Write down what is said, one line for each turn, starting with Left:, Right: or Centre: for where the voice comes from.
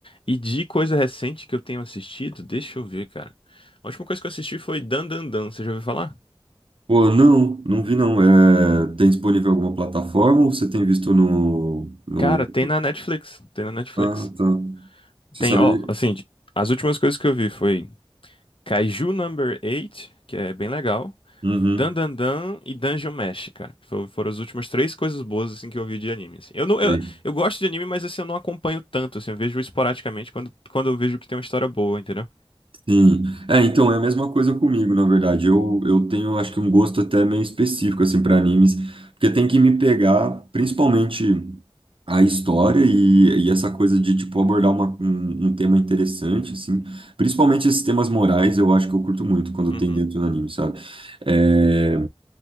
Left: E de coisa recente que eu tenho assistido, deixa eu ver, cara, a última coisa que eu assisti foi Dan Dan Dan, você já ouviu falar?
Right: Pô, não, não vi não. É, tem disponível alguma plataforma ou você tem visto no, no...
Left: Cara, tem na Netflix, tem na Netflix.
Right: Ah, tá. Você
Left: Tem,
Right: sabe...
Left: ó, assim, de- as últimas coisas que eu vi foi Kaiju Number 8, que é bem legal.
Right: Uhum.
Left: Dan Dan Dan e Dungeon Mesh, cara. que fo- Foram as últimas três coisas boas assim que eu vi de anime. assim. Eu não, eu,
Right: Sei.
Left: eu gosto de anime, mas assim eu não acompanho tanto, assim, eu vejo esporadicamente quando, quando eu vejo que tem uma história boa, entendeu?
Right: Sim. É, então é a mesma coisa comigo, na verdade. Eu, eu tenho, acho que um gosto até meio específico assim para animes, porque tem que me pegar, principalmente a história e, e essa coisa de tipo abordar uma- um, um tema interessante assim, principalmente esses temas morais, eu acho que eu curto muito quando
Left: Uhum.
Right: tem dentro do anime, sabe? É,